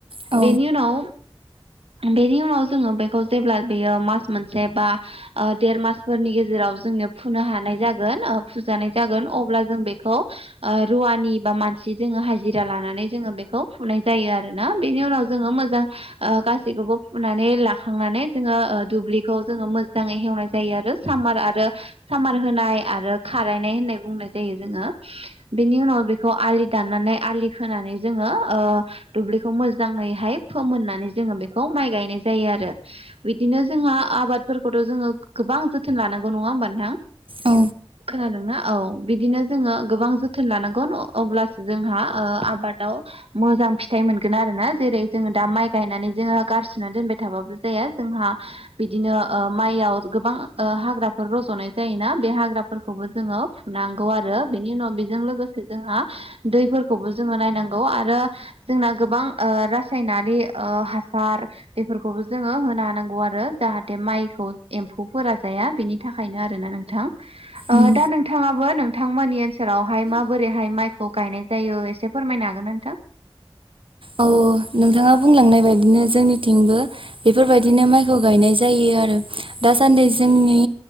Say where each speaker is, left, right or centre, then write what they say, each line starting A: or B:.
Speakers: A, on the right; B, on the right.
A: औ
B: बेनि उनाव बेनि उनाव जोङो बेखौ जेब्ला बेयो मास मोनसे बा देर मास फोरनि गेजेराव जोंनो फुनो हानाय जागोन फुजानाय जागोन अब्ला जों बेखौ रुव वानि बा मानसि जोङो हाजिरा लानानै जोङो बेखौ फुनाय जायो आरोना बेनि उनाव जोङो मोजां गासैखौबो फुनानै लाखांनानै जोङो दुब्लिखौ जोङो मोजाङै हेवनाय जायो आरो सामार आरो सामार होनाय आरो खारायनाय होननाय बुंनाय जायो जोङो बेनि उनाव बेखौ आ दाननानै आलि फोनानै जोङो दुब्लिखौ मोजाङैहाय फोमोननानै जों बे माइ गायनाय जायो आरो बिदिनो जोंहा आबादफोरखौथ' जोङो गोबां जोथोन लानांगौ नङा होमबा नोंथां
A: औ
B: खोनादोंना औ बिदिनो जोङो गोबां जोथोन जोथोन लानांगोन अब्लासो जोंहा ओ आबादाव मोजां फिथाइ मोनगोन आरोना जेरै जोङो दा माइ गायनानै जोङो गारसोना दोनबाय थाबाबो जाया जोंहा बिदिनो माइयाव गोबां ओ हाग्राफोर रज'नाय जायोना बे हाग्राफोरखौबो जोङो फुनांगौ आरो बेनि उनाव बेजों लोगोसे जोंहा दैफोरखौबो जोङो नायनांगौ आरो जोंना गोबां ओ रासायनारि ओ हासार बेफोरखौबो जोङो होनो हानांगौ आरो जाहाथे माइखौ एम्फौ फोरा जाया बेनि थाखायनो आरोना नोंथां ओ
A: उम
B: दा नोंथाङाबो नोंथांमोननि बोसोरावहाय माबोरैहाय माइखौ गायनाय जायो एसे फोरमायनो हागोना नोंथां
A: औ नोंथाङा बुंलांनाय बायदिनो
B: औ
A: जोंनि थिंबो। बेफोर बायदिनो माइखौ गायनाय जायो आरो दासान्दि जोंनि